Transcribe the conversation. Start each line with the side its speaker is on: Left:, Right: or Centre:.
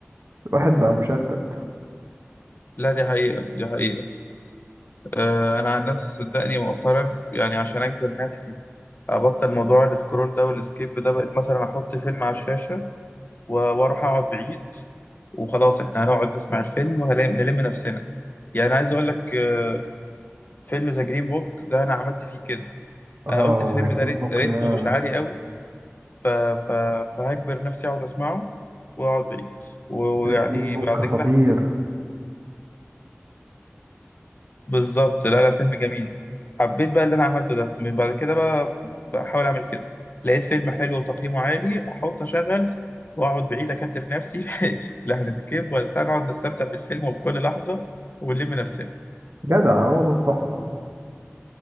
Right: الواحد بقى مشتت
Left: لا دي حقيقه دي حقيقه آه، انا عن نفسي صدقني مؤخرا يعني عشان اجبر نفسي ابطل موضوع السكرول ده والسكيب ده بقيت مثلا احط فيلم على الشاشه و- واروح اقعد بعيد وخلاص احنا هنقعد نسمع الفيلم ونلم نفسنا يعني عايز اقول لك آه، فيلم ذا جرين بوك ده انا عملت فيه كده
Right: اه
Left: انا قلت الفيلم
Right: ذا جرين
Left: ده ريت-
Right: بوك
Left: ريتمه
Right: ده
Left: مش عالي قوي ف... ف... فهجبر نفسي اقعد اسمعه واقعد بعيد ويعني
Right: ذا جرين بوك
Left: بعد
Right: خطير
Left: كده حسيت بالظبط لا لا فيلم جميل حبيت بقى اللي انا عملته ده من بعد كده بقى بحاول اعمل كده لقيت فيلم حلو وتقييمه عالي احط اشغل واقعد بعيد اكتف نفسي <laughs> لا هنسكيب ولا بتاع نقعد نستمتع بالفيلم وبكل لحظه ونلم نفسنا
Right: جدع هو ده الصح والله.